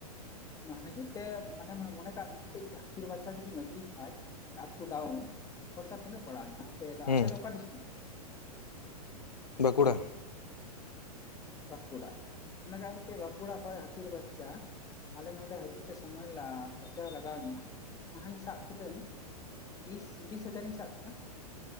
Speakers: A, on the left; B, on the left.
A: ᱚᱱᱟ ᱦᱟᱡᱩᱜ ᱛᱮ ᱢᱟᱱᱮ ᱢᱚᱱᱮ ᱠᱟᱜ ᱢᱮ ᱢᱤᱫᱴᱮᱱ ᱡᱩᱫᱤ ᱦᱟᱛᱤᱨ ᱵᱟᱪᱪᱟ ᱡᱩᱫᱤᱧ ᱟᱹᱜᱩᱭ ᱠᱷᱟᱡ ᱟᱯ ᱴᱩ ᱰᱟᱣᱩᱱ ᱠᱷᱚᱨᱪᱟ ᱛᱤᱱᱟᱹᱜ ᱯᱟᱲᱟᱣ ᱱᱟ ᱟᱯᱮ ᱫᱚ
B: ᱦᱩᱸ
A: ᱟᱯᱮ ᱫᱚ ᱚᱠᱟ ᱰᱤᱥᱴᱤᱠ?
B: ᱵᱟᱸᱠᱩᱲᱟ ᱾
A: ᱵᱟᱸᱠᱩᱲᱟ ᱢᱚᱱᱮ ᱠᱟᱜ ᱢᱮ ᱢᱤᱫᱴᱮᱱ ᱵᱟᱸᱠᱩᱲᱟ ᱠᱷᱚᱡ ᱦᱟᱛᱤᱨ ᱵᱟᱪᱪᱷᱟ ᱾ ᱟᱞᱮ ᱱᱚᱰᱮ ᱦᱟᱡᱩᱜ ᱛᱮ ᱥᱚᱢᱚᱭ ᱞᱟ ᱠᱷᱚᱨᱪᱟ ᱞᱟᱜᱟᱣᱤᱧᱟᱹ ᱱᱟᱦᱟᱧ ᱥᱟᱵ ᱠᱤᱫᱟᱹᱧ ᱵᱤᱥ ᱵᱤᱥ ᱦᱟᱡᱟᱨ ᱤᱧ ᱥᱟᱵ ᱠᱮᱫᱟ ᱾